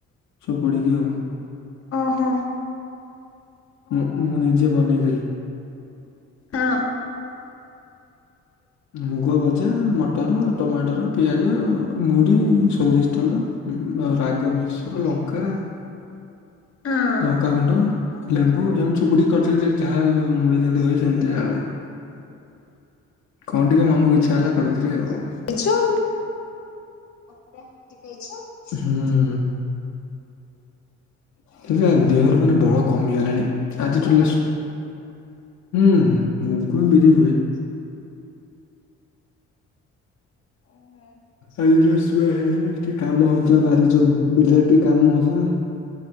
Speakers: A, on the left; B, on the left.
A: ସବୁ ପଡିକି ଆଉ।
B: ଓହୋ।
A: ମୁଁ ମୁଁ ନିଜେ ବନେଇଥିଲି।
B: ହଁ।
A: ମୁଗ ଭଜା ମଟର ଟମାଟର ପିଆଜ ମୁଢି ସୋରିଷ ତେଲ ଉଁ ଆଉ ରାଗ ମିକ୍ସଚର୍ ଲଙ୍କା
B: ହଁ
A: ଲଙ୍କାଗୁଣ୍ଡ ଲେମ୍ବୁ ଏମ୍ ଚୁପୁଡ଼ି କରିଥିଲି ଯେ ଯାହା ମୁଢ଼ି ଯେମ୍ତି ହୁଏ ସେମିତି ଆଉ। କଣ ଟିକେ ମନକୁ ଇଚ୍ଛା ହେଲା କରିଦେଲି ଆଉ।
B: ଇଛଉ
A: ହୁଁ। <unintelligible> ଦେହରୁ ମାନେ ବଳ କମିଗଲାଣି ଆଜି ଠୁ ହୁଁ ମୁଗ ବିରି ହୁଏ।
B: ଓ ହୋ।
A: ଆଜି ଟିକେ ଶୁଆ ହେଇନି ଆଜି ଟିକେ କାମ ହଉଥିଲା ବାରି ଯୋଉ ବିଲରେ ଟିକେ କାମ ହଉଥିଲା